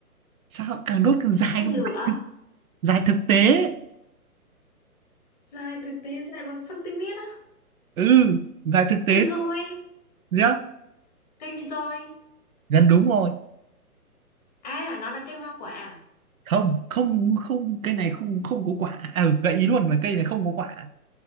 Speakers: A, on the right (about 65°); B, on the left (about 30°).
A: sao càng đốt càng dài
B: tên
A: không
B: lửa
A: dài thực, dài thực tế
B: dài thực tế dài bằng cm á
A: ừ giải thực tế
B: cây roi
A: yeah,
B: cây roi
A: gần đúng rồi
B: à nó là cây hoa quả à?
A: không không không cây này không không có quả à, ừ, gợi ý luôn là cây này không có quả